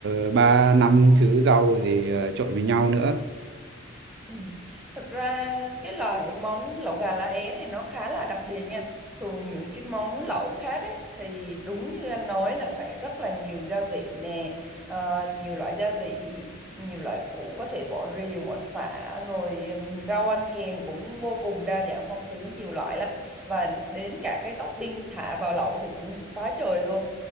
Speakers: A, on the right; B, in the centre.
A: ờ, ba năm thứ rau gì ờ, trộn với nhau nữa
B: Ừ. Thực ra cái loại món lẩu gà lá é này nó khá là đặc biệt nha. Thường những cái món lẩu khác ấy, thì đúng như anh nói là phải rất là nhiều gia vị nè, ờ, nhiều loại gia vị, nhiều loại củ có thể bỏ riềng, bỏ sả, rồi ừm, rau ăn kèm cũng vô cùng đa dạng phong phú, nhiều loại lắm. Và đến cả cái topping thả vào lẩu thì cũng quá trời luôn.